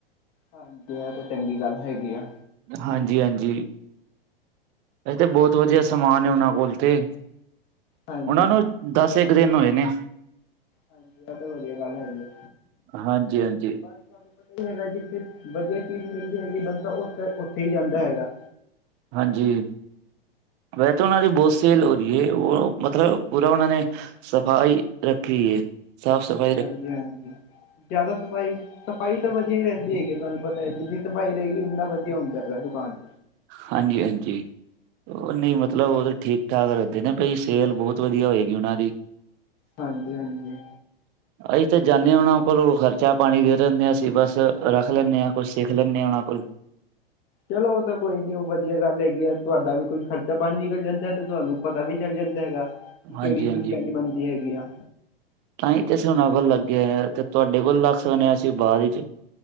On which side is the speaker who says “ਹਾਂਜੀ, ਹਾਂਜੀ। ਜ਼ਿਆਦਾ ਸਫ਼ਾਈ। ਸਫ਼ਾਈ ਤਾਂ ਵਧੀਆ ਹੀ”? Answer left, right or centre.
Left